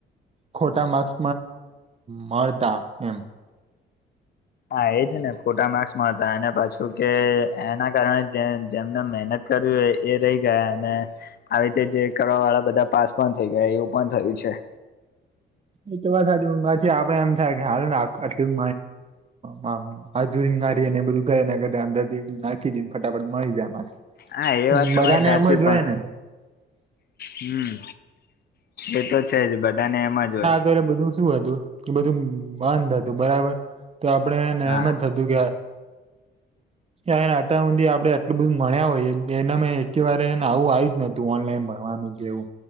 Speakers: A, on the right; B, on the left.
A: ખોટા માર્ક્સ મળતા એમ
B: હા એજ ને ખોટા માર્ક્સ મળતા અને પાછું કે એના કારણે જેમને મહેનત કરી હોય એ રહી ગયા અને આવી રીતે જે કરવા વાળા બધા પાસ પણ થઇ ગયા, એવું પણ થયું છે.
A: એ તો વાત સાચી પણ પછી આપણને એમ થાય કે હાલો ને આટલું માન હાજરી મારી ને એ બધું ગયા ને નાખીને ફટાફટ મળી જાય માર્ક્સ
B: હા એ વાત તમારી
A: બધા ને
B: સાચી
A: એમ જ
B: પણ
A: હોય ને
B: હમ એ તો છે જ બધાને એમ જ હોય.
A: તો એ બધું શું હતું કે બધું બંધ હતું બરાબર તો આપણને
B: હા
A: એમ જ થતું થતું કે આ ને અત્યાર સુધી આપણે એટલું બધું ભણિયા હોય, એમાં એક વાર પણ આવું આવ્યું જ નથી. તો ઓનલાઈન ભણવાનું કેવું